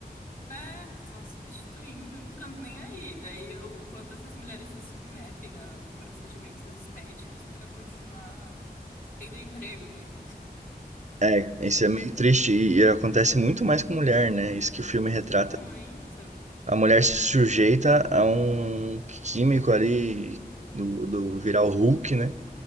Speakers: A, on the left (about 60°); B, on the right (about 45°).
A: É, só substituindo, não estando nem aí. Daí eu- o quanto essas mulheres se submetem a procedimentos estéticos pra continuar tendo emprego, né?
B: É, isso
A: É
B: é meio
A: abs-
B: triste e, e acontece muito mais com mulher, né? Isso que o filme retrata.
A: muito.
B: A mulher se sujeita a um químico ali do, do virar o Hulk, né?